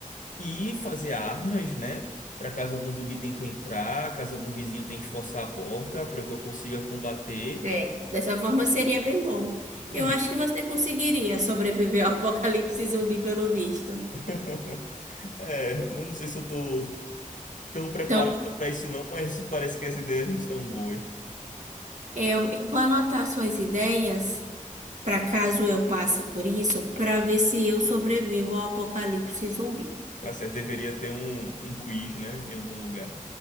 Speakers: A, on the left; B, on the right.
A: e fazer armas, né? Para caso algum zumbi tente entrar, caso algum vizinho tente forçar a porta, para que eu consiga combater.
B: É, dessa forma seria bem bom.
A: E
B: Eu acho que você conseguiria sobreviver ao <laughs> apocalipse zumbi, pelo visto.
A: <laughs> é, eu não sei se eu tô tão preparado
B: Então
A: para isso não, mas parece que as ideias estão boas.
B: Eu, eu vou anotar suas ideias para caso eu passe por isso, para ver se eu sobrevivo ao apocalipse zumbi.
A: Tá certo, deveria ter um, um quiz, né? Em algum lugar.